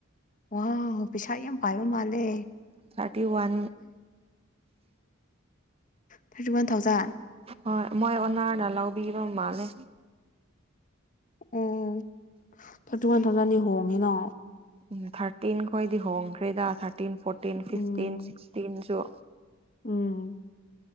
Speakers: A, on the left (about 40°); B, on the right (about 30°).
A: ꯑꯣ ꯄꯁꯥ ꯌꯥꯝ ꯄꯥꯏꯕ ꯃꯥꯜꯦ ꯄ꯭ꯂꯦ
B: thirty one
A: thirty one thousand
B: ꯍꯣꯏ ꯃꯣꯏ ꯑꯣꯅꯥꯅ ꯂꯧꯕꯤꯕ ꯃꯥꯜꯂꯦ
A: ꯎꯝ ꯊꯥꯔꯇꯤ ꯋꯥꯟ ꯊꯥꯎꯖꯟꯗꯤ ꯍꯣꯡꯉꯤꯅꯣ
B: ꯎ ꯊꯥꯔꯇꯤꯟ ꯈꯣꯏꯗꯤ ꯍꯣꯡꯈ꯭ꯔꯦꯗ ꯊꯥꯔ ꯐꯇ ꯐꯣꯔꯇ ꯐꯇ
A: ꯎꯝ
B: ꯁꯤꯇꯁꯨ
A: ꯎꯝ